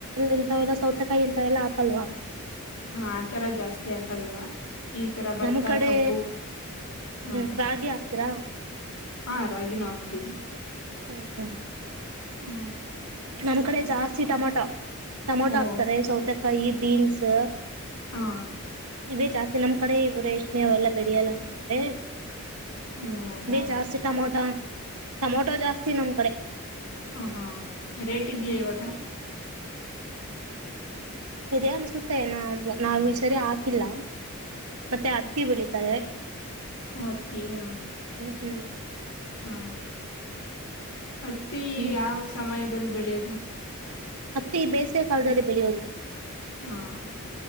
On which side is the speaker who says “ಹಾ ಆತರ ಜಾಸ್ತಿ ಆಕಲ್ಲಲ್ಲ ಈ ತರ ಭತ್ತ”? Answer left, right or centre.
Left